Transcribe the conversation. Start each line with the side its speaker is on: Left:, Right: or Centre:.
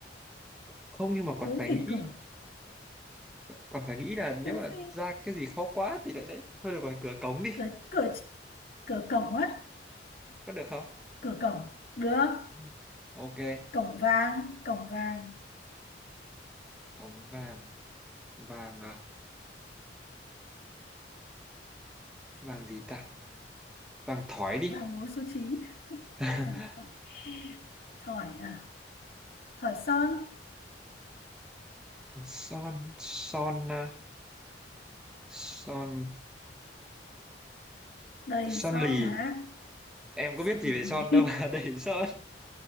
Centre: không nhưng mà còn
Left: thiếu
Centre: phải
Left: gì
Centre: nghĩ
Left: cửa
Centre: còn phải nghĩ là
Left: thiếu
Centre: nếu mà
Left: gì
Centre: ra cái gì khó quá thì lại đấy thôi được rồi cửa cống đi
Left: cửa cửa cửa cổng á
Centre: có được không
Left: cửa cổng được
Centre: Ừ, ok
Left: cổng vàng cổng vàng
Centre: cống vàng vàng à, vàng gì ta vàng thỏi đi
Left: vàng bốn số chín
Centre: <laughs>
Left: vàng thỏi thỏi à thỏi son
Centre: son son à, son
Left: đầy
Centre: son
Left: son
Centre: lì
Left: mà
Centre: em
Left: Sơn
Centre: có biết gì về
Left: lì,
Centre: son đâu mà <laughs> đẩy son